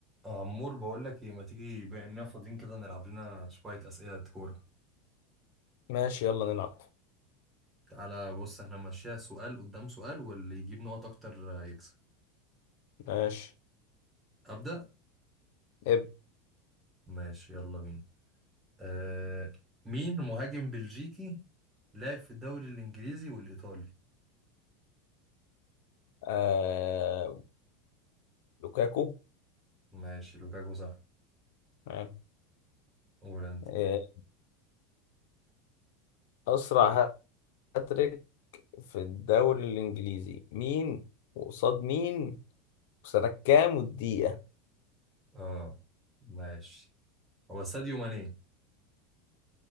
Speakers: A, on the right; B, on the left.
A: آه، عمور بقول لك ايه ما تيجي بما اننا فاضيين كده نلعب لنا شويه اسئله كوره
B: ماشي يلا نلعب
A: تعالى بص احنا ماشيها سؤال قدام سؤال واللي يجيب نقط اكتر آه، يكسب
B: ماشي
A: ابدا
B: ابدأ
A: ماشي يلا بينا آه مين مهاجم بلجيكي لعب في الدوري الانجليزي والايطالي
B: آه... لوكاكو
A: ماشي لوكاكو صح
B: تمام.
A: قول انت
B: آه... أسرع هاتريك في الدوري الإنجليزي مين وقصاد مين وسنة كام والدقيقة
A: اه ماشي هو ساديو ماني